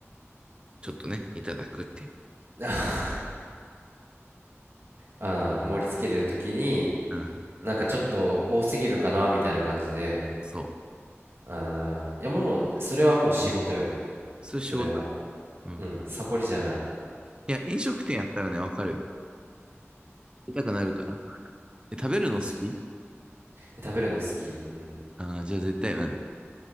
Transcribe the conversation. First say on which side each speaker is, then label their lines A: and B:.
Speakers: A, on the right (about 20°); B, on the right (about 55°).
A: ちょっとね、いただくっていう。
B: <laughs> あー、盛り付けるときに、
A: うん、
B: なんかちょっと多すぎるかな、みたいな感じで。
A: そ
B: あー、いやもう、それはもう仕事よ。
A: う。うんそういう仕事。
B: それは
A: うん。
B: うんサボりじゃない
A: いや、飲食店やったらね、わかるよ。出たくなるから。え食べるの好き
B: 確かえ食べるの好きうん
A: あーじゃあ絶対なる。